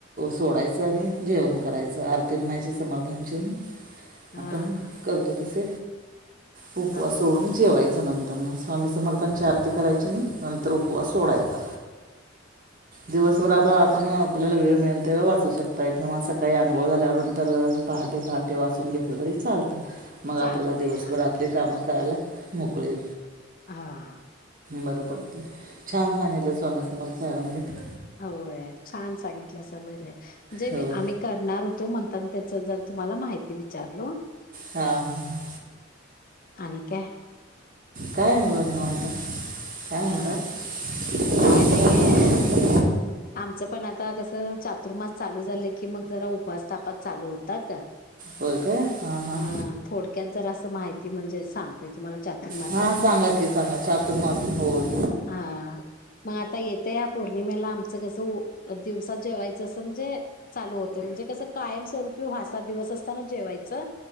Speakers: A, on the right; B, on the left.
A: सोडायचं आणि जेवण करायचं आरती म्हणायची समर्थांची
B: हा
A: आपण
B: हा
A: करतो तस उपवास
B: हा हा
A: सोडून जेवायच नं तरन स्वामी समर्थांची आरती
B: हा
A: करायची आणि नंतर उपवास सोडायचा. दिवसभरात आपण
B: हा
A: आपल्याला वेळ मिळल ते वाचू शकताय किंवा सकाळी आंघोळ झाल्यानंतर पहाटे पहाटे वाचून घेतलं तरी चालतं मग
B: चालतय
A: आपल्याला दिवसभर
B: हा
A: आपली कामं करायला मोकळे
B: हा हा
A: बरं पडत छान सांगितलं स्वामी समर्थ सारामृत
B: हो छान सांगितलं असं बर आहे जे
A: हो
B: मी आम्ही करणार होतो म्हणता त्याच जर तुम्हाला माहिती विचारल.
A: हा हा ह
B: आणि काय
A: काही नाही निवांत काय म्हणताय?
B: अ
A: तुमचं
B: काय नाहीये
A: चाललंय?
B: आमचं पण आता कसं चातुर्मास चालू झालं की मग जरा उपास तापास चालू होतात.
A: होय काय हां हां
B: अ थोडक्यात जर अस माहिती म्हणजे सांगते तुम्हाला चातुर्मासात
A: हां सांगा की सांगा चातुर्मास होय.
B: हा मग आता येत तया पौर्णिमेला आमचं कसं दिवसात जेवायचं अस म्हणजे चालू होतं, म्हणजे कसं कायम स्वरूपी व सात दिवस असताना जेवायचं